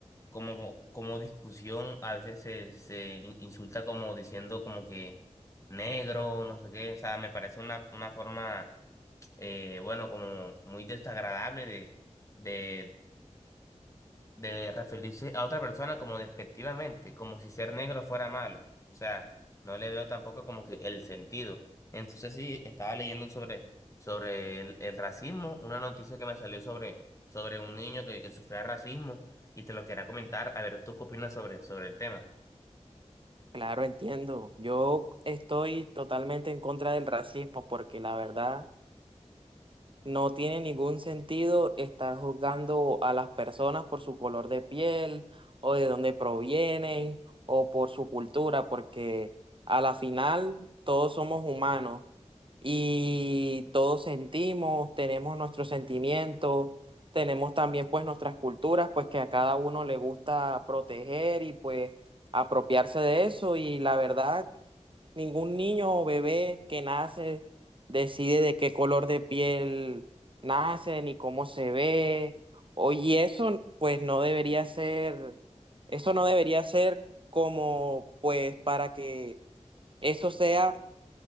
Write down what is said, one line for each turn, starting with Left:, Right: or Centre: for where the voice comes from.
Left: como, como discusión a veces se, se in- insulta como diciendo como que negro, no sé qué, o sea, me parece una, una forma, eh, bueno, como muy desagradable de, de referirse a otra persona como despectivamente, como si ser negro fuera malo. O sea, no le veo tampoco como que el sentido. Entonces sí, estaba leyendo sobre, sobre el, el racismo, una noticia que me salió sobre, sobre un niño que, que sufría racismo y te lo quería comentar, a ver, ¿tú qué opinas sobre, sobre el tema?
Right: Claro, entiendo. Yo estoy totalmente en contra del racismo porque la verdad, No tiene ningún sentido estar juzgando a las personas por su color de piel o de dónde provienen o por su cultura, porque a la final todos somos humanos y todos sentimos, tenemos nuestros sentimientos, tenemos también pues nuestras culturas, pues que a cada uno le gusta proteger y pues apropiarse de eso y la verdad, ningún niño o bebé que nace decide de qué color de piel nacen y cómo se ve. O- y eso, pues, no debería ser, eso no debería ser como, pues, para que eso sea